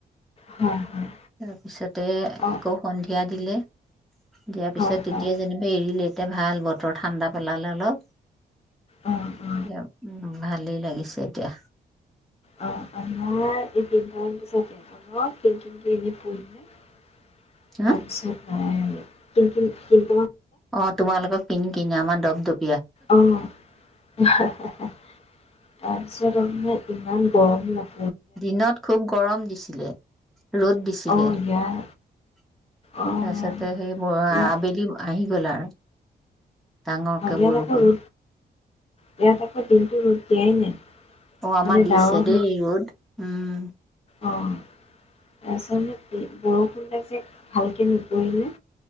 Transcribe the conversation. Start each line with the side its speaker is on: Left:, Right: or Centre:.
Left: হয়, হয়।
Centre: তাৰ পিছতে,
Left: অঁ
Centre: আকৌ সন্ধিয়া দিলে। দিয়াৰ পিছত,
Left: হয়, হয়।
Centre: তেতিয়া যেনিবা এৰিলে। এতিয়া ভাল বতৰ। ঠাণ্ডা পেলালে অলপ,
Left: অ', অ',
Centre: এতিয়া। উম, ভালেই লাগিছে এতিয়া।
Left: অ', আমাৰ এই তিনটামান পিছতে অলপ কিনকিনকে এনে পৰিলে
Centre: হা
Left: আচ্ছা। কিন কিন কিন
Centre: অ', তোমালোকৰ কিনকিন, আমাৰ দপদপ
Left: অ', তাৰপিছত মানে, ইমান গৰম নাপায়
Centre: দিনত খুব গৰম দিছিলে। ৰ'দ দিছিলে,
Left: অ', ইয়াৰ
Centre: তাৰ
Left: অ',
Centre: পিছতে, সেই আবেলি
Left: ইয়াত
Centre: আহি গ'লা ডাঙৰকে
Left: ইয়াত
Centre: বৰষুণ।
Left: আকৌ ৰ'দ অ', ইয়াত আকৌ দিনটো ৰ'দ দিয়াই নাই।
Centre: অ', আমাৰ
Left: মানে
Centre: দিছে
Left: ডাৱৰ
Centre: দেই, ৰ'দ, উম।
Left: অ', তাৰ পিছত, সেইটোৱেই বৰষুণজাক যে, ভালকে নপৰিলে।